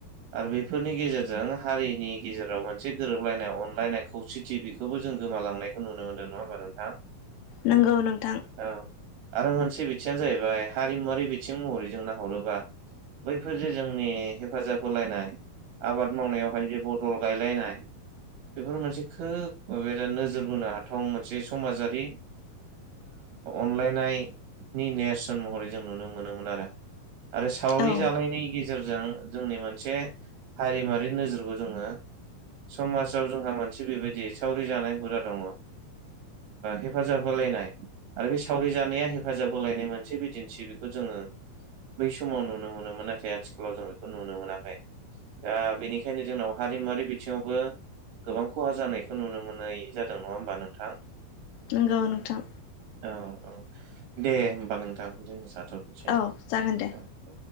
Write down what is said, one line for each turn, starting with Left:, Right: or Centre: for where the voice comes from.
Right: आरो बेफोरनि गेजेरजों हारिनि गेजेराव मोनसे गोरोबलायनाय अनलायनाय खौसेथि बे खौबो जों गोमालांनायखौ नुनो मोनदों नङा होमबा नोंथां
Left: नंगौ नोंथां
Right: औ आरो मोनसे बिथिङानो जाहैबाय हारिमुवारि बिथिं महरै जों नाहरोबा बैफोर जे जोंनि हेफाजाब होलायनाय आबाद मावनायावहाय जे बदल गायलायनाय बेफोर मोनसे खोब बेराद नोजोर बोनो हाथाव मोनसे समाजारि अनलायनायनि नेरसोन महरै जों नुनो मोनोमोन आरो आरो सावरि
Left: औ
Right: जानायनि गेजेरजों जोंनि मोनसे हारिमुवारि नोजोरखौ जोङो समाजाव जोंहा मोनसे बेबायदि सावरि जानाय हुदा दङ हेफाजाब होलायनाय आरो बे सावरि जानाया हेफाजाब होलायनाय मोनसे बिदिन्थि बेखौ जोङो बै समाव नुनो मोनोमोन नाथाय आथिखालाव जों बेखौ नुनो मोनाखै दा बेनिखायनो जोंनाव हारिमुवारि बिथिङावबो गोबां खहा जानायखौ नुनो मोननाय जादों नङा होमबा नोंथां?
Left: नोंगौ नोंथां।
Right: औ औ दे होमबा नोंथां दिनै जाथ'नोसै।
Left: औ जागोन दे।
Right: औ